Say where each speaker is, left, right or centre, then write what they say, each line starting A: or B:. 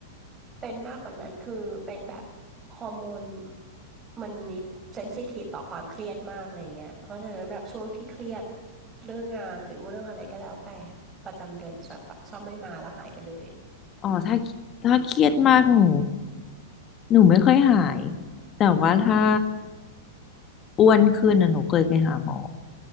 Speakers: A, on the right (about 25°); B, on the left (about 30°).
A: เป็นมากกว่านั้นคือเป็นแบบฮอร์โมนมันมีเซนซิทีฟต่อความเครียดมากอะไรเงี้ยเพราะฉะนั้นแบบช่วงที่เครียดเรื่องงานหรือว่าเรื่องอะไรก็แล้วแต่ประจำเดือนชอบแบบชอบไม่มาแล้วหายไปเลย
B: อ๋อถ้าถ้าเครียดมากหนูหนูไม่ค่อยหายแต่ว่าถ้าอ้วนขึ้นนะหนูเคยไปหาหมอ